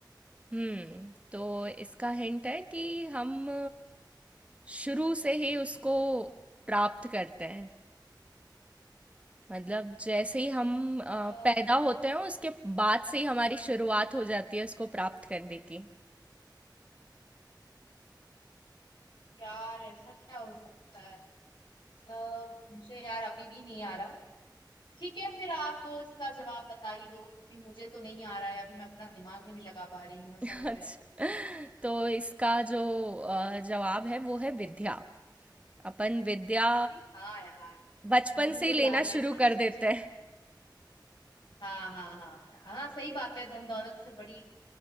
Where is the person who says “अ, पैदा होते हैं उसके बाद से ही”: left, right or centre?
Right